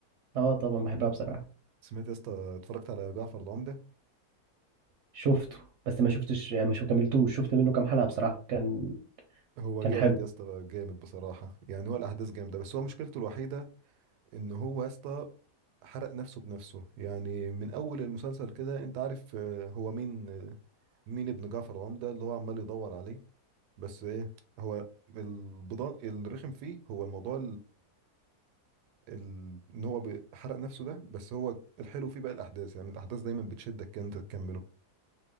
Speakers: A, on the right (about 65°); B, on the right (about 85°).
A: أه طبعا بحبها بصراحة
B: سمعت يا اسطى اتفرجت على جعفر العمدة
A: شفته بس ما شفتش يعني مش كملتوش شفت منه كام حلقة بصراحة كان
B: هو
A: كان
B: جامد
A: حلو
B: يا اسطى جامد بصراحة يعني هو الأحداث جامدة بس هو مشكلته الوحيدة إن هو يا اسطى حرق نفسه بنفسه يعني من أول المسلسل كده أنت عارف آه، هو مين آه، مين ابن جعفر العمدة اللي هو عمال يدور عليه بس إيه هو البضاء الرخم فيه هو الموضوع ال... ان هو بي- حرق نفسه ده بس هو الحلو فيه بقى الاحداث يعني الاحداث دايما بتشدك كده انت تكمله